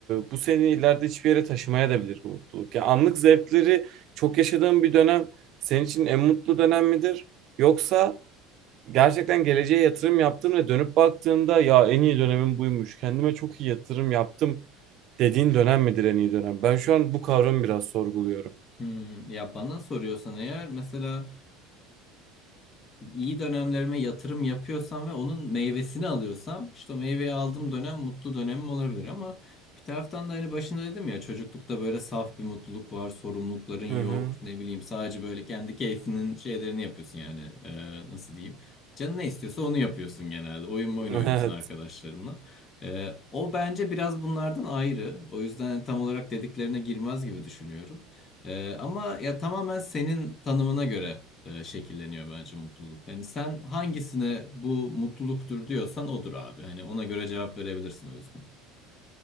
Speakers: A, on the right (about 50°); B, on the left (about 30°).
A: bu seni ileride hiçbir yere taşımaya da bilir bu mutluluk. Ya anlık zevkleri çok yaşadığın bir dönem senin için en mutlu dönem midir? Yoksa gerçekten geleceğe yatırım yaptın ve dönüp baktığında ya en iyi dönemim buymuş. Kendime çok iyi yatırım yaptım dediğin dönem midir en iyi dönem? Ben şu an bu kavramı biraz sorguluyorum.
B: Hmm, ya bana soruyorsan eğer mesela iyi dönemlerime yatırım yapıyorsam ve onun meyvesini alıyorsam işte o meyveyi aldığım dönem mutlu dönemim olabilir ama bir taraftan da hani başında dedim ya çocuklukta böyle saf bir mutluluk var, sorumlulukların yok,
A: Hı hı.
B: ne bileyim sadece böyle kendi keyfinin şeylerini yapıyorsun yani Ee, nasıl diyeyim? Canın ne istiyorsa onu yapıyorsun genelde. Oyun oyun
A: <laughs>
B: oynuyorsun arkadaşlarınla. Ee, o bence biraz bunlardan ayrı. O yüzden tam olarak dediklerine girmez gibi düşünüyorum. Ee, ama ya tamamen senin tanımına göre e, şekilleniyor bence mutluluk. Hani sen hangisine bu mutluluktur diyorsan odur abi. Hani ona göre cevap verebilirsin o yüzden.